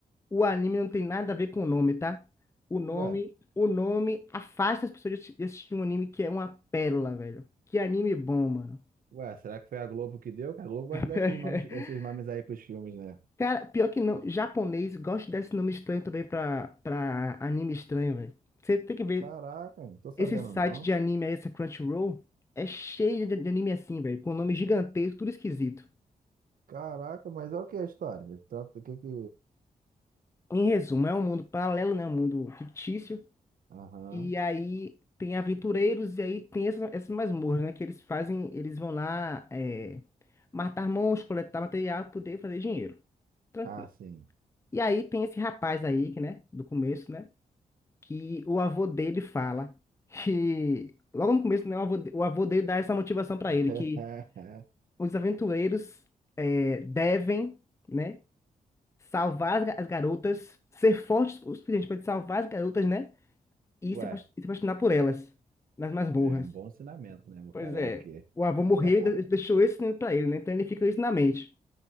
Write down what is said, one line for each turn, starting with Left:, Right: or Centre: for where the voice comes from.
Left: o anime não tem nada a ver com o nome, tá? O nome,
Right: Ué,
Left: o nome afasta as pessoas de assi- de assistir um anime que é uma pérola, velho. Que anime bom, mano.
Right: ué, será que foi a Globo que deu? Que a Globo gosta
Left: <laughs>
Right: desses nomes, esses nomes aí pros filmes, né?
Left: Cara, pior que não, japonês gosta desse nome estranho também pra, pra anime estranho, velho. Você tem que ver,
Right: Caraca, não tô sabendo
Left: esse site
Right: não.
Left: de anime aí, essa Crunchyroll, é cheio de, de anime assim, velho, com nome gigantesco, tudo esquisito.
Right: Caraca, mas é o que a história? Trata o que que...
Left: Em resumo, é um mundo paralelo, né? Um mundo fictício,
Right: Aham.
Left: E aí tem aventureiros e aí tem essas, essas masmorras, né? Que eles fazem, eles vão lá é, matar monstros, coletar material, poder fazer dinheiro. Tranquilo.
Right: Ah, sim.
Left: E aí tem esse rapaz aí, que, né? Do começo, né? Que o avô dele fala que... <laughs> Logo no começo, né? O avô, de- o avô dele dá essa motivação pra
Right: <laughs>
Left: ele, que os aventureiros é, devem, né? Salvar as ga- as garotas, ser fortes o suficiente para salvar as garotas, né? E
Right: Ué,
Left: se apos- e se apaixonar por elas nas masmorras.
Right: é um bom ensinamento, né? Vou
Left: Pois
Right: falar
Left: é,
Right: o quê?
Left: o avô morreu
Right: <laughs>
Left: e de- deixou esse ensinamento pra ele, né? Então ele fica com isso na mente.